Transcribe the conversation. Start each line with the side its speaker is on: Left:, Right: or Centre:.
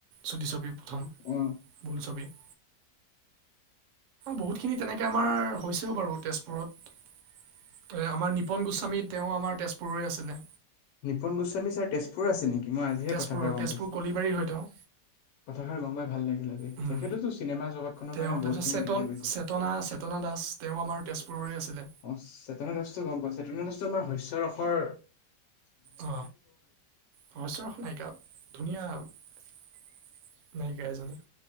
Right: চুটি ছবি। বোলছবি।
Left: অ
Right: অঁ, বহুতখিনি তেনেকে আমাৰ হৈছেও বাৰু তেজপুৰত। আমাৰ নিপন গোস্বামী তেওঁ আমাৰ তেজপুৰৰে আছিলে।
Left: নিপুন গোস্বামী ছাৰ তেজপুৰ আছে নেকি, মই আজিহে
Right: তেজপুৰৰ
Left: কথাষাৰ গম
Right: তেজপুৰ
Left: পাইছোঁ।
Right: কলিবাৰীৰ হয় তেওঁ
Left: কথাষাৰ গম পাই ভাল লাগিলে আজি,
Right: উম,
Left: তেখেততো চিনেমা জগতখনৰ
Right: তেওঁ
Left: কাৰণে
Right: তাৰপিছত
Left: বহুতখিনি
Right: চেতন
Left: দি থৈ গৈছে।
Right: চেতনা চেতনা দাস তেওঁ আমাৰ তেজপুৰৰে আছিলে
Left: অ, চেতনা দাসটো গম পোৱা, চেতনা দসটো আমাৰ শস্য চ অফৰ
Right: অ, সমচৰখন নাইিকা ধুনীয়া। কাইজনানাই